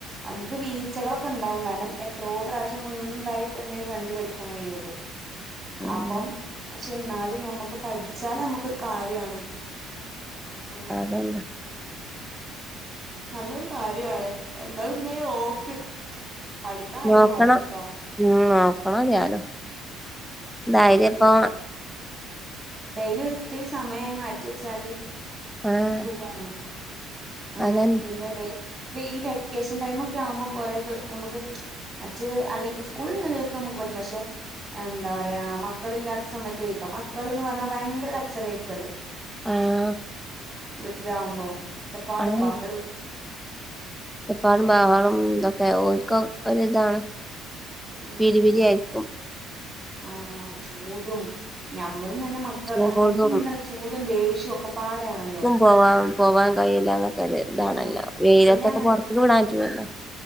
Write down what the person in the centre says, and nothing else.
ഉം
അതെന്നെ
നോക്കണം
നോക്കണം
ഞാനും ധൈര്യം
ഇപ്പൊ
ആഹ്
അതന്നെ
ആഹ്
അതന്നെ
ഒച്ചപ്പാടും ബഹളും തൊക്കെ ഓര്ക്കോ ഒരിതാണ്.
പിരി
പിരി ആയിരിക്കും
ചൂടും
പോവാ പോവാൻ കഴിയില്ലന്നൊക്കെ ഒര് താണല്ലോ
വെയിലത്തൊക്കെ
പൊറത്ത്ക്ക് വിടാൻ പറ്റൂലല്ലോ.